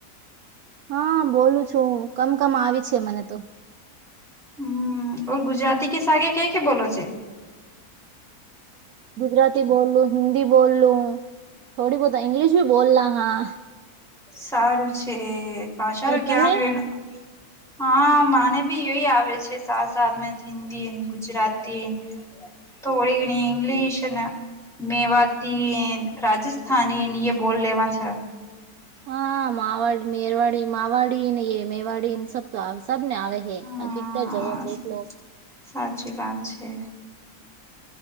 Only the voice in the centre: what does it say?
હમમ ઓર ગુજરાતી કે સાથ કે કે બોલો છે.
સારું છે ભાષા
નું જ્ઞાન
વેણ હા માને બી એય આવે છે સાત સાત મે હિન્દીને ગુજરાતી થોડી ઘણી ઇંગ્લિશ ને મેવાતી રાજસ્થાનીન એ બોલ લેવા છે
હા
સાચી વાત છે